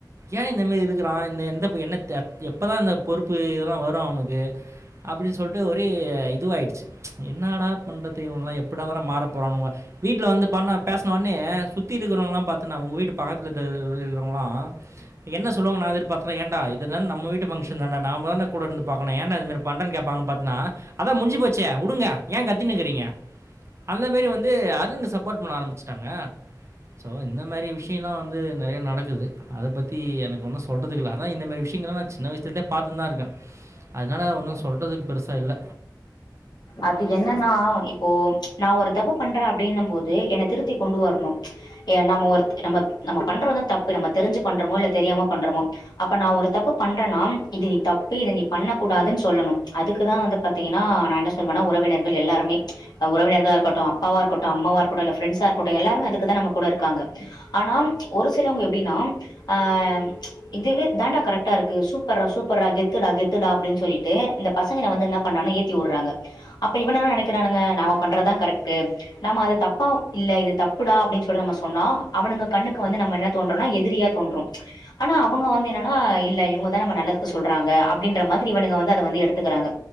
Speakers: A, on the right; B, on the left.
A: ஏ இந்த மேரி இருகுறா இந்த எந்தப் என்னத்த அத் எப்பதா இந்த பொறுப்பு இதெல்லா வரு அவனுகு அப்புடி சொல்ட்டு ஒரே இதுவாயிடுச்சு என்னடாப் பண்றத்து <unintelligible> மாறப் போறானுவே வீட்ல வந்துப் பண்ணப் பேச்ன ஒன்னையே சுத்தி இருகறவுங்லாம் பாத்தன்னா உங்க வீட்டுப் பக்கத்ல <unintelligible> என்ன சொல்லுவாங்க நா எதிர்பாத்தனா ஏன்டா இதுதான் நம்ம விட்டு ஃபங்ஷன்தாண்டா நாமதாண்டா கூட இருந்து பாக்கனு ஏன்டா இது மேரிப் பண்றன் கேப்பாங்கன் பாத் னா அதா முட்ஞ்சி போச்சே வுடுங்க ஏ கத்தினு இகுறிங்க அந்த மேரி வந்து அருணுங்கு சப்போர்ட் பண்ண ஆரம்பிச்சுட்டாங்க சோ இந்த மேரி விஷியலா வந்து நெறையா நடக்குது அதப் பத்தி எனக்கு ஒன்னு சொல்றதுகில்ல அதா இந்த மேரி விஷியங்கிளா நாத் சின்ன வயிசுலேந்தேப் பாத்துன்தா இருகே அதனால ஒன்னு சொல்றதுக் பெருசா இல்ல
B: அது என்னன்னா இப்போ நா ஒருத் தப்பு பண்றே அப்டின்னம்போது என்னத் திருத்திக் கொண்டு வரணு எ நம்ம ஒருத் நம்மத் நம்ம பண்றதுந் தப்பு நம்மத் தெரிஞ்சு பண்றோமோ இல்லத் தெரியாம பண்றோமோ அப்ப நா ஒருத் தப்பு பண்றனாம் இது நீத் தப்பு இது நீப் பண்ணக்கூடாதுன் சொல்லணும் அதுக்குதா வந்து பாத்தீங்கினா நா என்ன சொல்வனா உறவினர்கள் எல்லாருமே அ உறவினர்களா இருக்கட்டு அப்பாவா இருக்கட்டு அம்மாவா இருக்கட்டு இல்ல ஃப்ரண்ட்ஸா இருக்கட்டு எல்லாருமே அதுக்குதா நம்மக்கூட இருக்காங்க ஆனாம் ஒரு சிலவுங்க எப்டினாம் ஆம் இதுவே தாண்டா கரெக்டா இருக்கு சூப்பர்றா சூப்பர்றா கெத்துடா கெத் த்துடா அப்டின் சொல்லிட்டு இந்தப் பசங்கள வந்து என்னாப் பண்றானா ஏத்தி வுர்றாங்க அப்ப இவனா நெனைக்கிறானுங்க நாம பண்றதா கரெக்ட்டு நம்ம அது தப்பா இல்ல இதுத் தப்புடா அப்டின் சொல்ட்டு நம்ம சொன்னா அவனுங்க கண்ணுக்கு வந்து நம்ம என்னத் தோன்றனா எதிரியா தோன்றும் ஆனா அவுங்க வந்து என்னனா இல்ல இவுங்கதா நம்ம நல்லதுக்கு சொல்றாங்க அப் பிடின்ற மாதிரி இவனுங்க வந்து அத வந்து எடுத்துகிறாங்க